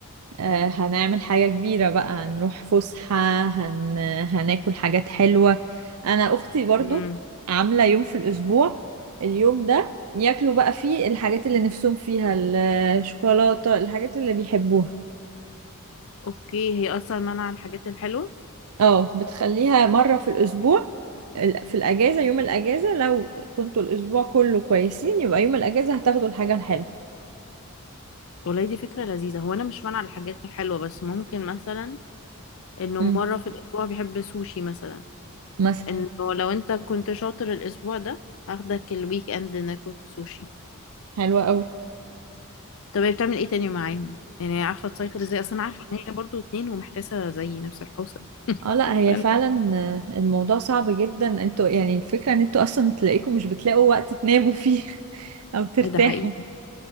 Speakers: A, on the right; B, on the left.
A: آه، هنعمل حاجة كبيرة بقى هنروح فسحة هن... هناكل حاجات حلوة أنا أختي برضو
B: امم
A: عاملة يوم في الأسبوع اليوم ده ياكلوا بقى فيه الحاجات اللي نفسهم فيها الشوكولاتة الحاجات اللي بيحبوها
B: أوكي هي أصلا منع الحاجات الحلوة
A: اه بتخليها مرة في الأسبوع ال- في الأجازة يوم الأجازة لو كنتوا الأسبوع كله كويسين يبقى يوم الأجازة هتاخدوا الحاجة الحلوة
B: والله دي فكرة لذيذة هو أنا مش منع الحاجات الحلوة بس ممكن مثلا إنه
A: مم.
B: مرة في الأسبوع بيحب سوشي مثلا
A: مثلا
B: إنه لو أنت كنت شاطر الأسبوع ده هاخدك الويك إند ناكل سوشي
A: حلوة أوي
B: طب هي بتعمل ايه تاني معاهم يعني هي عارفه تسيطر ازاي اصلا عارفه ان هي برضو اتنين ومحتاسه زي نفس الحوسه
A: اه لا هي
B: فأنا-
A: فعلا آه، الموضوع صعب جدا انتوا يعني الفكرة ان انتوا اصلا تلاقيكم مش بتلاقوا وقت تناموا فيه <laughs> او ترتاحوا
B: ده حقيقي